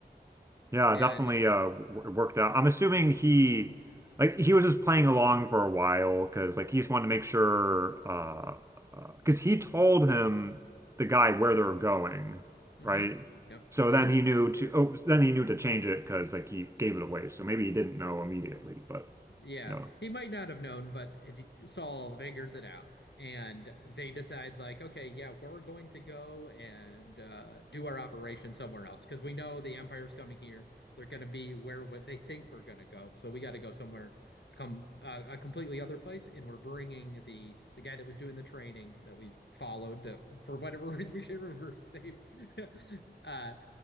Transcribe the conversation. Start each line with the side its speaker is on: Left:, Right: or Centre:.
Right: Yeah,
Left: And
Right: definitely uh w- worked out. I'm assuming he like he was just playing along for a while because like he just wanted to make sure uh because he told him the guy where they were going,
Left: mm-hmm,
Right: right?
Left: yep,
Right: So
Left: mm-hmm.
Right: then he knew to oh then he knew to change it because like he gave it away. So maybe he didn't know immediately, but
Left: Yeah,
Right: you know
Left: he might not have known, but it, Saul figures it out, and they decide like, okay, yeah, we're going to go and uh, do our operation somewhere else because we know the Empire's coming here. They're going to be where what they think we're going to go, so we got to go somewhere, come uh, a completely other place, and we're bringing the the guy that was doing the training that we've followed that for whatever <laughs> reason we can't remember his name. <laughs> uh,